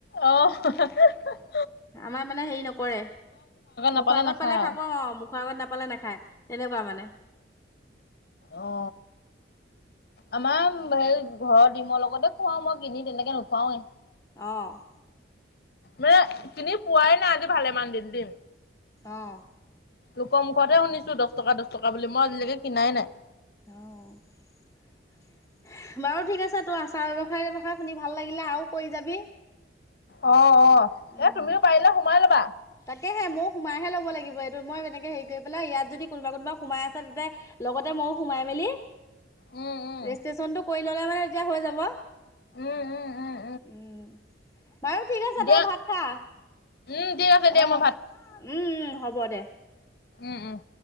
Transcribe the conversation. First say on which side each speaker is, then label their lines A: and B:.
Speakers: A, on the left (about 55°); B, on the left (about 15°).
A: আহ <unintelligible>
B: আমাৰ মানে হেৰি নকৰে
A: নাপালে
B: মুখৰ আগত
A: নাখায়
B: পালে
A: আৰু
B: খাব আও, মুখৰ আগত নাপালে নাখায় তেনেকুৱা মানে।
A: অ! আমাৰ <unintelligible> হেৰি ঘৰৰ ডিমৰ লগতে খুৱাওঁ মই, কিনি তেনেকে নোখুৱাওৱেই।
B: অঁ!
A: মানে কিনি পোৱাই নাই আজি ভালেমান দিন দিম।
B: অঁ!
A: লোকৰ মুখতহে শুনিছো দহ টকা, দহ টকা বুলি মই আজিলৈকে কিনাই নাই।
B: অঁ! <unintelligible> বাৰু ঠিক আছে, তোৰ আচাৰ ব্যৱসায় কথা শুনি ভাল লাগিলে আৰু কৰি যাবি।
A: অ-অ!
B: উম।
A: এ তুমিও পাৰিলে সোমাই ল'বা।
B: তাকেহে ময়ো সোমাইহে ল'ব লাগিব এইটো মই এনেকে হেৰি কৰি পেলাই ইয়াত যদি কোনোবা-কোনোবা সোমাই আছে তেতিয়া লগতে মইয়ো সোমাই মেলি
A: উম, উম,
B: ৰেজিষ্ট্ৰেশচনটো কৰি ললে মানে এতিয়া হৈ যাব। <unintelligible>
A: উম, উম, উম,
B: উম! বাৰু ঠিক আছে
A: দিয়া
B: তই ভাত খা।
A: উম, ঠিক আছে দিয়া
B: আহ!
A: মই
B: উম-উম হ'ব দে।
A: উম-উম!